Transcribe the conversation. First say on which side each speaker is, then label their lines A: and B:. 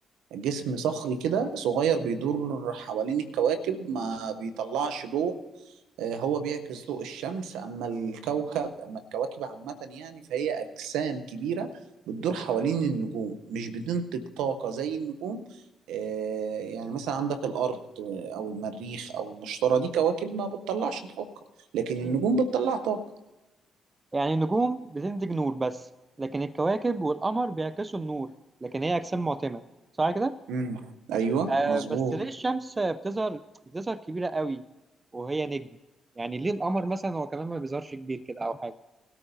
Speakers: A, on the right; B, on the right.
A: جسم صخري كده صغير بيدور حوالين الكواكب ما بيطلعش ضوء آه، هو بيعكس ضوء الشمس اما الكوكب اما الكواكب عامة يعني فهي اجسام كبيرة بتدور حوالين النجوم مش بتنتج طاقة زي النجوم آه، يعني مثلا عندك الارض او المريخ او المشتري دي كواكب ما بتطلعش طاقة لكن
B: مم.
A: النجوم بتطلع طاقة
B: يعني النجوم بتنتج نور بس لكن الكواكب والقمر بيعكسوا النور لكن هي أجسام معتمة صح كده؟
A: امم ايوه
B: آه
A: مظبوط
B: بس ليه الشمس بتظهر بتظهر كبيرة قوي وهي نجم يعني ليه القمر مثلا هو كمان ما بيظهرش كبير كده أو حاجة